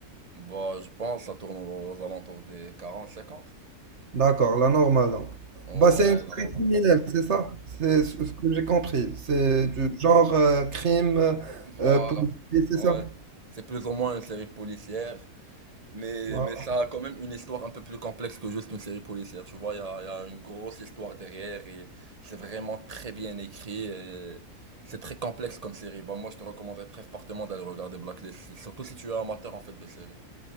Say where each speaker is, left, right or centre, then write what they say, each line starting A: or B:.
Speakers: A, on the right (about 25°); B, on the right (about 45°).
A: bah je pense que ça tourne aux alentours des quarante cinquante
B: D'accord, la normale donc.
A: ouais
B: Bah, c'est une série
A: non, normal
B: criminelle, c'est ça? C'est ce ce que j'ai compris. C'est du genre euh, crime
A: Voilà.
B: euh, policier, c'est
A: Ouais.
B: ça?
A: C'est plus ou moins une série policière, mais,
B: Voilà.
A: mais ça a quand même une histoire un peu plus complexe que juste une série policière. Tu vois, il y a, il y a une grosse histoire derrière et c'est vraiment très bien écrit. et C'est très complexe comme série. Bah, moi, je te recommanderais très fortement d'aller regarder Blacklist, surtout si tu es amateur en fait de série.